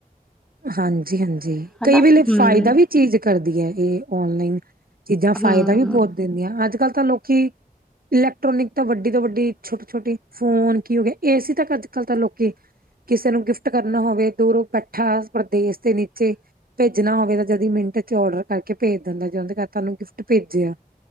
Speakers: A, on the right; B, in the centre.
A: ਹਾਂਜੀ-ਹਾਂਜੀ
B: ਹਨਾ
A: ਕਈ ਵੇਲੇ
B: ਹੂੰ
A: ਫਾਇਦਾ ਵੀ ਚੀਜ਼ ਕਰਦੀ ਹੈ ਇਹ ਔਨਲਾਈਨ ਚੀਜ਼ਾਂ ਫਾਇਦਾ
B: ਹੂੰ
A: ਵੀ ਬਹੁਤ ਦਿੰਦੀਆਂ ਅੱਜ ਕੱਲ੍ਹ ਤਾਂ ਲੋਕੀ ਇਲੈਕਟ੍ਰੋਨਿਕ ਤਾਂ ਵੱਡੀ ਤੋਂ ਵੱਡੀ ਛੋਟੀ-ਛੋਟੀ ਫੋਨ ਕੀ ਹੋ ਗਿਆ ਏਸੀ ਤੱਕ ਅੱਜ ਕੱਲ੍ਹ ਤਾਂ ਲੋਕੀ ਕਿਸੇ ਨੂੰ ਗਿਫਟ ਕਰਨਾ ਹੋਵੇ ਦੂਰੋਂ ਪੈਠਾ ਪ੍ਰਦੇਸ਼ ਦੇ ਨੀਚੇ ਭੇਜ ਨਾ ਹੋਵੇ ਤਾਂ ਜਦੀ ਮਿੰਟ ਚ ਓਡਰ ਕਰਕੇ ਭੇਜ ਦਿੰਦਾ ਜਦ ਤੁਹਾਨੂੰ ਗਿਫਟ ਭੇਜਿਆ